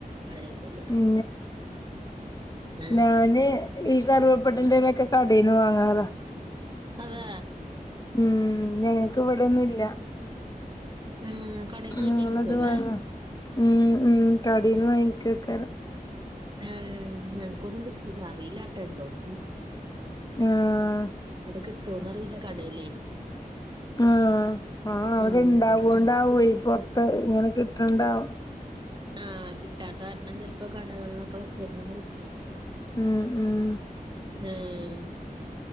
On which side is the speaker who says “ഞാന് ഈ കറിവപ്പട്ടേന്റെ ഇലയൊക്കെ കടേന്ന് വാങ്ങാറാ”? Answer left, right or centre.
Left